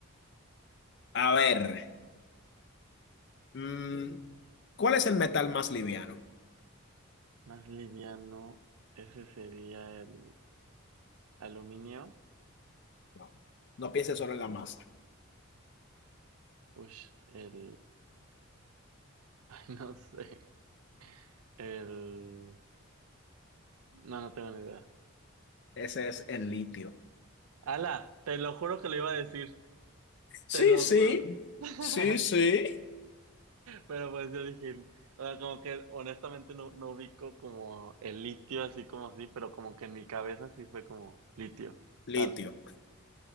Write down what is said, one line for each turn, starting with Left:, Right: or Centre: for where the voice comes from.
Left: A ver, mm, ¿cuál es el metal más liviano?
Right: Más liviano, ese sería el aluminio.
Left: No, no pienses solo en la masa.
Right: Ush, el... <laughs> ay, no sé. El... No, no tengo ni idea.
Left: Ese es el litio.
Right: Ala, Te lo juro que lo iba a decir.
Left: Sí,
Right: Te lo
Left: sí,
Right: juro. <laughs>
Left: sí, sí.
Right: Pero pues yo dije, o sea, como que honestamente no, no ubico como el litio así como así, pero como que en mi cabeza sí fue como litio,
Left: Litio.
Right: tal.